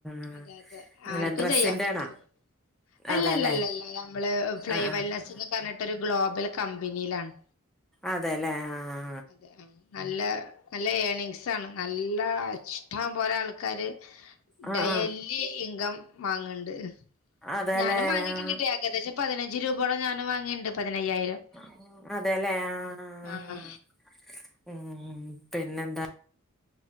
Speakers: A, in the centre; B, on the left (about 70°).
A: ആ.
B: അതെ അതെ
A: ഇങ്ങനെ
B: ആർക്കും
A: ഡ്രസ്സിന്റെണാ
B: ചെയ്യാൻ പറ്റൂ അല്ലല്ലല്ലല്ല
A: അതെല്ലേ
B: നമ്മള് ഫ്ലൈവെൽനെസ്
A: ആ ആ
B: എന്ന് പറഞ്ഞിട്ട ഒരു ഗ്ലോബൽ കമ്പനിയിലാണ്
A: അതെല്ലേ ആ
B: അതെ ആ നല്ല നല്ല ഏണിംങ്സ് ആണ് നല്ല ഇഷ്ടം പോലെ ആൾക്കാര്
A: ആ
B: ഡെയലി
A: ആ ആ.
B: ഇൻകം വാങ്ങണ്ട്
A: അതെല്ലേ
B: ഞാനും വാങ്ങിയിട്ടിണ്ട്
A: ആ
B: ട്ടോ ഏകദേശം പതിനഞ്ച് രൂപയോട് ഞാൻ വാങ്ങിണ്ട് പതിനയ്യായിരം
A: ആ. അതെല്ലേ ആ ആ, ആ.
B: ആഹ്
A: ഉം പിന്നെന്താ